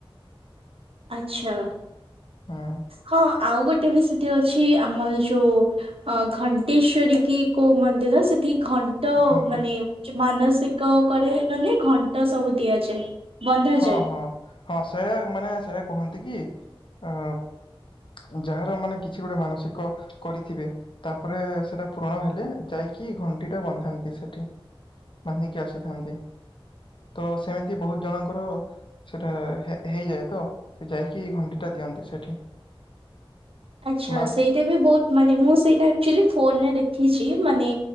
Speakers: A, on the right (about 80°); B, on the left (about 60°).
A: ଆଚ୍ଛା।
B: ହୁଁ।
A: ହଁ ଆଉ ଗୋଟେ ବି ସେଠି ଅଛି ଆମ ଯୋଉ ଅ ଘଣ୍ଟେଶ୍ଵରୀ କି କୋଉ ମନ୍ଦିର ସେଠି ଘ ତ
B: ଘଣ୍ଟେଶ
A: ମାନେ ମାନସିକ କରେ ମାନେ ଘଣ୍ଟ ସବୁ ଦିଆଯାଏ। ବନ୍ଧାଯାଏ।
B: <unintelligible> ଯାହାର ମାନେ କିଛି ଗୋଟେ ମାନସିକ କରିଥିବେ। ତାପରେ ସେଟା ପୂରଣ ହେଲେ ଯାଇକି ଘଣ୍ଟିଟା ବନ୍ଧାନ୍ତି ସେଇଠି। ବାନ୍ଧିକି ଆସିଥାନ୍ତି ତ ସେମିତି ବହୁତ ଜଣକ କର ସେଇଟା ହେଇଯାଏ ତ ସେ ଯାଇକି ଘଣ୍ଟିଟା ଦିଅନ୍ତି ସେଠି।
A: ଆଚ୍ଛା
B: ମାଙ୍କ
A: ସେଇଟା ବି ବହୁତ ମାନେ ମୁଁ ସେଇଟା ଆକଚୁଆଲି ଫୋନରେ ଦେଖିଛି ମାନେ